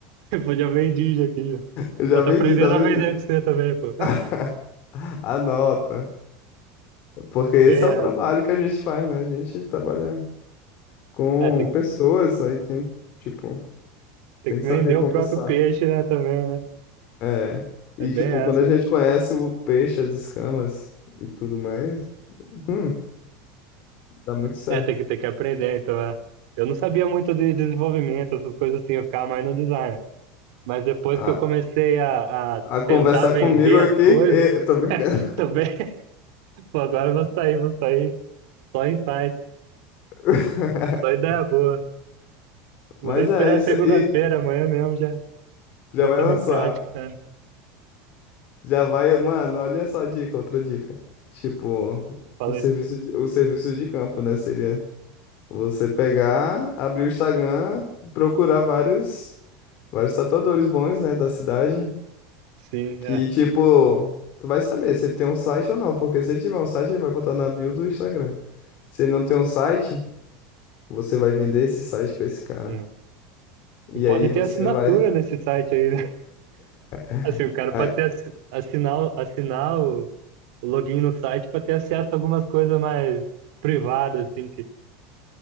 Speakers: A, on the right; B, on the left.
A: pô, já vendi já aqui. ó
B: Eu já
A: Pô,
B: vendi,
A: tá aprendendo
B: tá vendido.
A: a vender com você também, pô.
B: <laughs> Anota, porque esse
A: Bem
B: é o
A: essa.
B: trabalho que a gente faz, né? A gente trabalha com
A: É, tem, que-
B: pessoas, aí tem, tipo,
A: tem
B: tem
A: que
B: que saber
A: vender
B: conversar.
A: o próprio peixe, né, também, né?
B: É.
A: É
B: E,
A: bem
B: tipo,
A: essa.
B: quando a gente conhece o peixe, as escamas e tudo mais, hum, dá muito certo.
A: É, tem que, tem que aprender, então, é. Eu não sabia muito de desenvolvimento, essas coisas assim, eu ficava mais no design. Mas depois
B: A,
A: que eu comecei a, a
B: a conversar
A: tentar vender
B: comigo aqui,
A: as coisas,
B: e,
A: <laughs>
B: tô brincando.
A: também Pô, agora eu vou sair, vou sair. Só insight,
B: <laughs>
A: só ideia boa. Vou
B: Mas
A: nem esperar
B: é isso
A: segunda-feira,
B: aí.
A: amanhã mesmo já
B: Já
A: botando
B: vai lançar.
A: em prática. né?
B: Já vai, mano, olha só a dica, outra dica. Tipo,
A: Falei,
B: o serviço de, o serviço de campo, né? Seria você pegar, abrir o Instagram, procurar vários, vários tatuadores bons, né, da cidade.
A: sim,
B: Que,
A: é.
B: tipo, tu vai saber se ele tem um site ou não, porque se ele tiver um site, ele vai botar na bio do Instagram. Se ele não tem um site, você vai vender esse site pra esse cara.
A: hum.
B: E
A: E pode
B: aí você
A: ter assinatura
B: vai.
A: nesse site aí, né? <laughs>
B: <laughs>
A: Assim, o cara
B: Aí
A: pode ter, assi- assinar, o- assinar o o login no site para ter acesso a algumas coisas mais privadas, assim, que.